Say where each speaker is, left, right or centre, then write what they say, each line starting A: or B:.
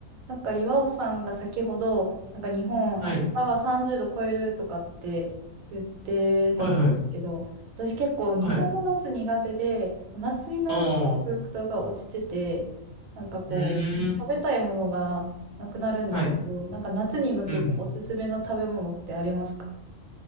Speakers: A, on the right (about 75°); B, on the right (about 35°).
A: なんか岩尾さんが先ほど、なんか日本明日は30度超えるとかって言ってたと思うんですけど、
B: はい。はいはい。
A: 私結構日本の夏苦手で、
B: はい。
A: 夏になると食欲が落ちてて、
B: ああ。
A: なんかこう、
B: うーん。
A: 食べたいものがなくなるんですけど、
B: はい。
A: なんか夏に向けておすすめの食べ物ってありますか
B: うんうん。